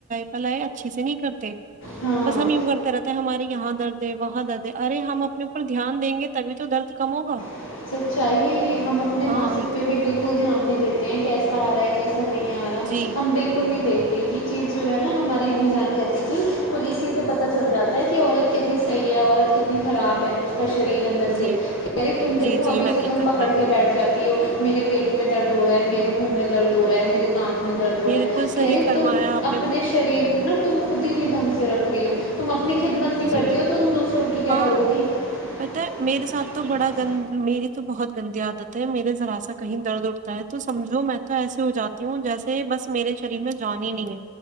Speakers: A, on the right; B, on the left.
A: اچھے سے نہیں کرتے
B: ہاں
A: بس ہم یوں کرتے رہتے ہیں ہم ہمارے یہاں درد ہے وہاں درد ارے ہم اپنے اوپر دھیان دیں گے تبھی تو درد کم ہوگا
B: <unintelligible>
A: ہاں
B: <unintelligible>
A: جی
B: <unintelligible> <unintelligible> <unintelligible>
A: جی جی جی حقیقت
B: <unintelligible>
A: میں
B: <unintelligible> <unintelligible>
A: بالکل صحیح فرمایا آپ نے
B: <unintelligible> <unintelligible>
A: جی ہاں پتہ ہے ساتھ تو بڑا میرے تو بہت گندی عادت ہے میرے ذرا سا کہیں درد اٹھا ہے تو سمجھو میں تو ایسے ہو جاتے ہوں جیسے بس میرے شریر میں جان ہی نہیں ہے